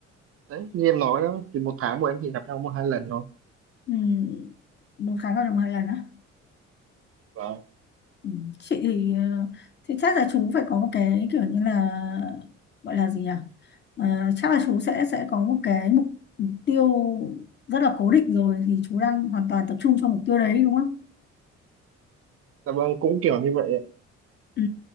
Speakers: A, on the right; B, on the left.
A: đấy như em nói đó thì một tháng bọn em chỉ gặp nhau một hai lần thôi
B: ừ. một tháng gặp được một lần á
A: vâng
B: Ừ, chị thì ờ, thì chắc là chú phải có một cái kiểu như là gọi là gì nhỉ Ờ, chắc là chú sẽ sẽ có một cái mục mục tiêu rất là cố định rồi thì chú đang hoàn toàn tập trung cho mục tiêu đấy đúng không
A: dạ vâng cũng kiểu như vậy ạ.
B: ừ,